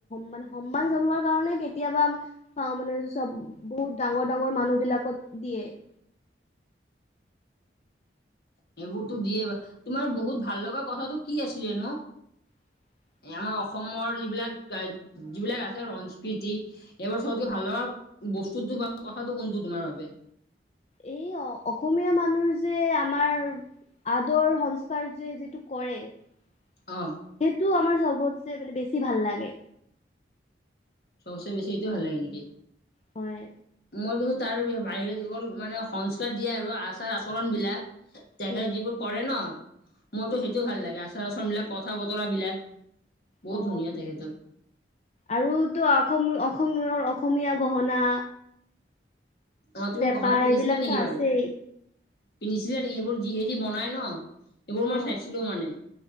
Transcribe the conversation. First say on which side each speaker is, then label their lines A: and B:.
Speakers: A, on the left (about 35°); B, on the left (about 60°).
A: মানে সন্মান জনোৱাৰ কাৰণে কেতিয়াবা প মানে চব বহুত ডাঙৰ ডাঙৰ মানুহ বিলাকত দিয়ে <inaudible>
B: সেইবোৰতো দিয়ে তোমাৰ বহুত ভাল লগা কথাতটো কি আছিলে নো।
A: <inaudible>
B: আমাৰ অসমৰ যিবিলাক যিবিলাক আছে সংস্কৃতি এইবোৰ চবতকে ভাল লগা। বস্তুটো বা কথাটো কোনটো তোমাৰ বাবে।
A: এই অ অসমীয়া মানুহ যে আমাৰ। আদৰ সংস্কাৰ যে যিটো কৰে। সেইটো
B: অ
A: আমাৰ চবতছে মানে বেছি ভাল লাগে।
B: চবচে বেছি এইটো ভাল লাগে নেকি।
A: হয়
B: মই কিন্তু তাৰ বাহিৰত যৱল মানে সংস্কাৰ দিয়ে আৰু আচাৰ আচৰণ বিলাক। তেখেতে
A: উম
B: যিবোৰ কৰে ন। মোৰতো সেইটো ভাল লাগে আচাৰ আচাৰন বিলাক কথা বতৰা বিলাক। বহুত
A: অ
B: ধুনীয়া তাকে ত
A: আৰুতো অসম অসমৰ অসমীয়া গহনা
B: অ তুমি
A: পেপা
B: গহনা পিন্ধিছিলা
A: এইবিলাকতো
B: নেকি
A: আছেই
B: বাৰু পিন্ধিছিলা নেকি? এইবোৰ যিহেদি বনাই ন এইবোৰ
A: অ
B: মই চাইছিলো মানে।